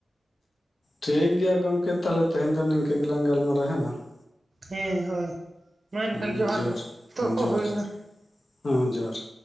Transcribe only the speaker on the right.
ᱦᱮᱸ ᱦᱳᱭ ᱢᱟ
ᱮᱱᱠᱷᱟᱱ ᱡᱚᱦᱟᱨ ᱜᱮ, ᱚᱠᱛᱚ
ᱠᱚ
ᱦᱩᱭᱮᱱᱟ᱾